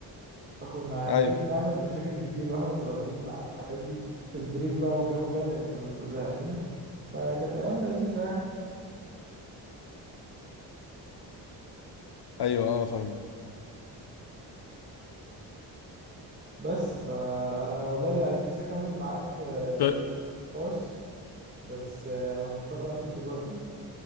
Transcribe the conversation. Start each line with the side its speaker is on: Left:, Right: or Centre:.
Right: فكنا يعني
Left: ايوه
Right: ايه بنعمل مشاكل كتير واحنا صغيرين مع الحاجات دي في البريك بقى والجو ده لان كنا بنبقى زهقانين فكانت ايام لذيذه يعني
Left: ايوه اه فاهمك
Right: بس فانا والله يعني نفسي اكمل معاك آه،
Left: ب-
Right: نقاش بس آه، انا مضطر اقفل دلوقتي